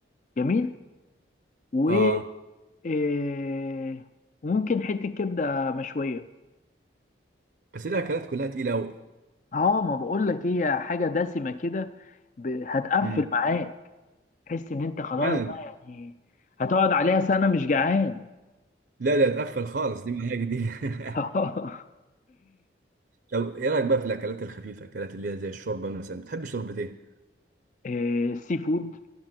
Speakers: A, on the left; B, on the right.
A: جميل و
B: اه
A: آه، وممكن حته كبده مشويه
B: بس الاكلات كلها تقيله قوي
A: اه ما بقول لك إيه، هي حاجه دسمه كده ب- هتقفل
B: امم
A: معاك تحس ان انت خلاص
B: فعلا
A: بقى يعني هتقعد عليها سنه مش جعان
B: لا لا تقفل خالص دي معاك دي <laughs>
A: <laughs>
B: طب ايه رايك بقى في الاكلات الخفيفه الاكلات اللي هي زي الشوربه مثلا بتحب شوربه ايه
A: آه، السي فود